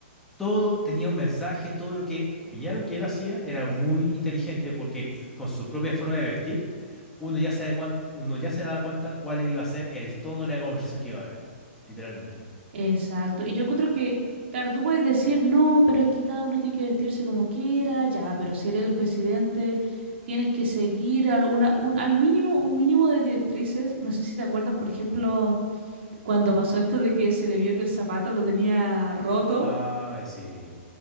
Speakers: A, in the centre; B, on the right (about 65°).
A: todo tenía un mensaje, todo lo que Piñera, lo que él hacía, era muy inteligente porque con su propia forma de vestir, uno ya se da cuan- uno ya se daba cuenta cuál iba a ser el tono de la conversación que iba a haber, literalmente.
B: Exacto. Y yo encuentro que, claro, tú puedes decir, no, pero es que cada uno tiene que vestirse como quiera, ya, pero si eres el presidente, tienes que seguir alguna, un, al mínimo, un mínimo de directrices. No sé si te acuerdas, por ejemplo, cuando pasó esto de que se le vio que el zapato lo tenía roto,
A: Ay, sí,